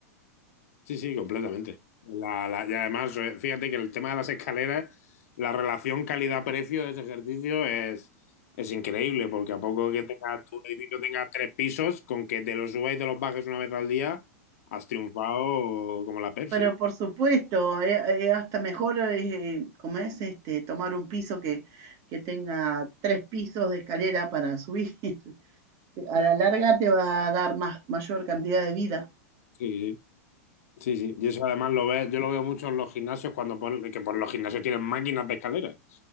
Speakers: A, on the left (about 70°); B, on the right (about 45°).
A: Sí, sí, completamente. La- la- y además, eh, fíjate que el tema de las escaleras, la relación calidad-precio de ese ejercicio es, es increíble, porque a poco que tenga, tu edificio tenga tres pisos, con que te los subas y te los bajes una vez al día, has triunfado como la Pepsi.
B: Pero por supuesto, es hasta mejor, eh, eh, como es, este, tomar un piso que, que tenga tres pisos de escalera para subir. <laughs> A la larga te va a dar más, mayor cantidad de vida.
A: Sí, sí, sí. sí. Y eso además lo ves, yo lo veo mucho en los gimnasios cuando ponen, que por los gimnasios tienen máquinas de escaleras,